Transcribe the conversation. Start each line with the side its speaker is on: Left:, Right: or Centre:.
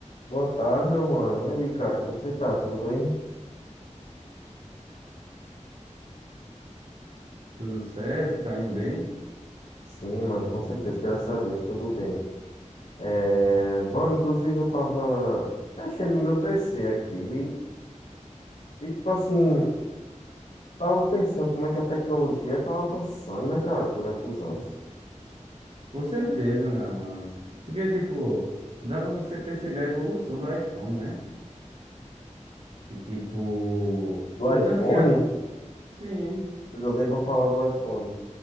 Left: Boa tarde, meu mano. E aí, cara, como você tá? Tudo bem?
Right: Tudo certo, tá indo bem?
Left: Sim, mano, com certeza, graças a Deus, tudo bem. É, mano, inclusive eu tava mexendo no meu PC aqui e, tipo assim, tava pensando como é que a tecnologia tá avançando, né, cara, durante os anos.
Right: Com certeza, meu mano. Porque, tipo, dá pra você perceber a evolução do iPhone, né? E, tipo,
Left: Do iPhone?
Right: o tanto que a. Sim,
Left: Eu já dei pra falar do iPhone.